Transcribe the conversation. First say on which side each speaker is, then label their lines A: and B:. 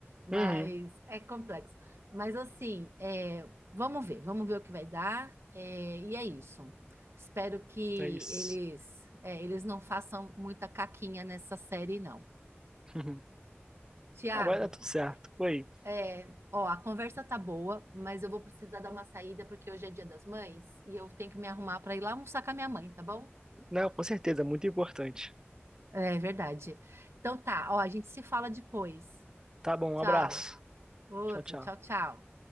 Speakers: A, on the right; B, on the right.
A: Mas
B: Uhum.
A: é complexo. Mas assim, é, vamos ver, vamos ver o que vai dar. é, e é isso. Espero que
B: É isso.
A: eles, é, eles não façam muita caquinha nessa série, não.
B: Uhum.
A: Tiago,
B: Não, mas é tudo certo. Foi.
A: É, ó, a conversa tá boa, mas eu vou precisar dar uma saída porque hoje é Dia das Mães e eu tenho que me arrumar para ir lá almoçar com a minha mãe, tá bom?
B: Não, com certeza, muito importante.
A: É verdade. Então tá, ó, a gente se fala depois.
B: Tá bom, um
A: Tchau.
B: abraço.
A: Outro,
B: Tchau, tchau.
A: tchau, tchau.